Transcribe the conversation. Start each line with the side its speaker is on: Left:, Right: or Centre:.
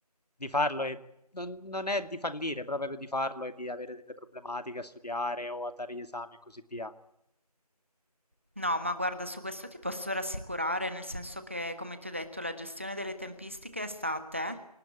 Left: di farlo e non, non è di fallire, però proprio di farlo e di avere delle problematiche a studiare o a dare gli esami e così via.
Right: No, ma guarda, su questo ti posso rassicurare, nel senso che, come ti ho detto, la gestione delle tempistiche sta a te